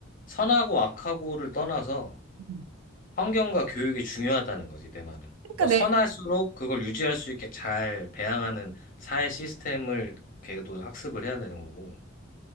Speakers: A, on the left (about 40°); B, on the right (about 85°).
A: 선하고 악하고를 떠나서
B: 음.
A: 환경과 교육이 중요하다는 거지, 내 말은.
B: 그러니까
A: 뭐
B: 내,
A: 선할수록 그걸 유지할 수 있게 잘 배양하는 사회 시스템을 걔도 학습을 해야 되는 거고.